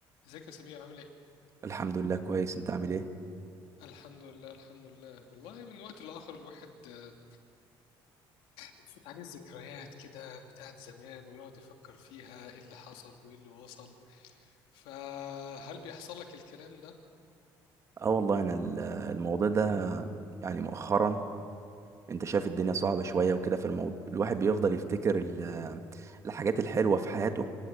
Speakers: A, on the left (about 80°); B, on the right (about 35°).
A: ازيك يا سمير عامل ايه؟
B: الحمد لله كويس انت عامل ايه
A: الحمد لله الحمد لله والله من وقت لآخر الواحد آه، بتفوت عليه الذكريات كده بتاعت زمان ويقعد يفكر فيها ايه اللي حصل وايه اللي وصل فهل بيحصل لك الكلام ده؟
B: اه والله انا ال- الموضوع ده يعني مؤخرا انت شايف الدنيا صعبة شوية وكده في الموضوع الواحد بيفضل يفتكر ال- الحاجات الحلوة في حياته